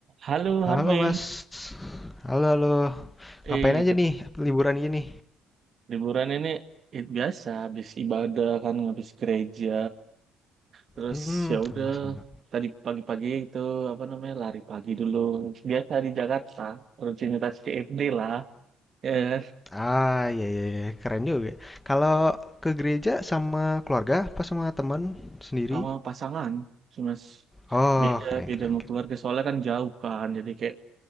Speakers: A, on the right; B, on the left.
A: Halo
B: Halo
A: Harvey,
B: Mas, halo halo,
A: eh
B: ngapain aja
A: ke-
B: nih liburan gini?
A: liburan ini eh, biasa habis ibadah kan habis gereja terus
B: Hmm,
A: ya udah
B: sama-sama.
A: tadi pagi-pagi itu apa namanya lari pagi dulu biasa di Jakarta rutinitas CFD lah eh
B: Ah, iya iya iya, keren juga. Kalau ke gereja sama keluarga, apa sama teman sendiri?
A: sama pasangan cuma s-
B: Oh,
A: beda
B: keren
A: beda
B: keren
A: sama
B: keren.
A: keluarga soalnya kan jauh kan jadi kayak